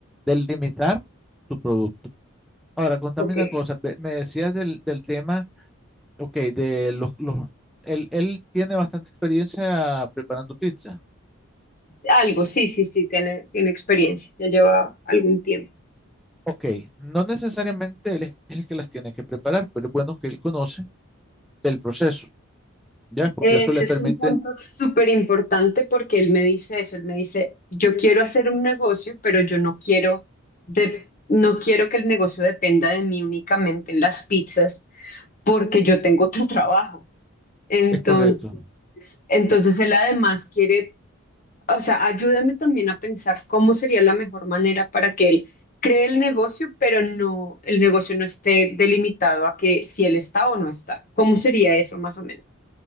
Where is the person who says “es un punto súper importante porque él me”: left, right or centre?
Left